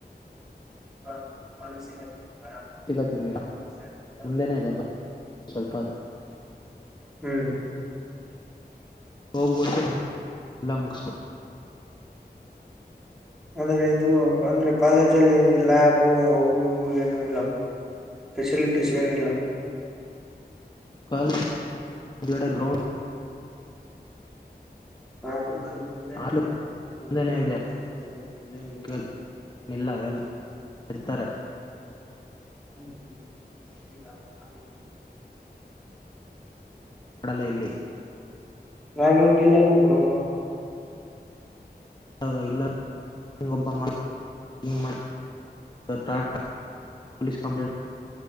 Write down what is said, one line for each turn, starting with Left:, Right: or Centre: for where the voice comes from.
Centre: <inaudible>
Left: ಸಿಗತ್ ನಿಮಗೆ
Centre: <inaudible>
Left: ಮುಂದೆನೆ ಇದೆ ಬ ಸ್ವಲ್ಪ
Centre: ಹ್ಮ್
Left: <unintelligible>
Centre: ಅಂದ್ರೆ ಇದು ಅಂದ್ರೆ ಕಾಲೇಜ ಅಲ್ಲಿ ಲ್ಯಾಬು ಅವು ಇವು ಏನು ಇಲ್ಲ ಫೆಸಿಲಿಟೀಸ್ ಏನಿಲ್ಲ <inaudible>
Left: ಕಾಲೇಜ್ ಹಿಂದ್ಗಡೆ ಗ್ರೌಂಡ್
Centre: ಹಾ <unintelligible>
Left: ಆಲು ಮುಂದೆನೆ ಇದೆ ಅದೇನ್ ಕೇಳಿಲ್ಲ ಎಲ್ಲ ಇರ್ತಾರೆ
Centre: ಹ
Left: ಕಡಲ ಇಲ್ಲಿ
Centre: ರಾಗ್ ಇಲ್ಲಲ್ಲ ಒಬ್ಬರೂ
Left: ಆ ಇಲ್ಲ ಹಂಗೊಬ್ಬ ಹಂಗ ಮಾಡತ ಪೋಲಿಸ್‌ ಕಂಪ್ಲೇಟ್ಕ